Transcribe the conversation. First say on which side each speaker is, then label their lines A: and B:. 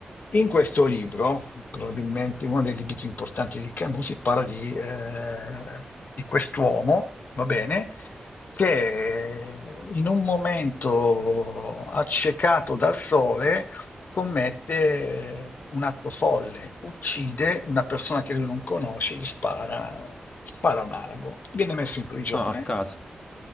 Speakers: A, on the left; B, on the left.
A: in questo libro, probabilmente uno dei libri più importanti di Camus, si parla di, eh, di quest'uomo, va bene, che in un momento accecato dal sole commette un atto folle, uccide una persona che lui non conosce, gli spara, spara a un arabo, viene messo in prigione,
B: Ah, a caso.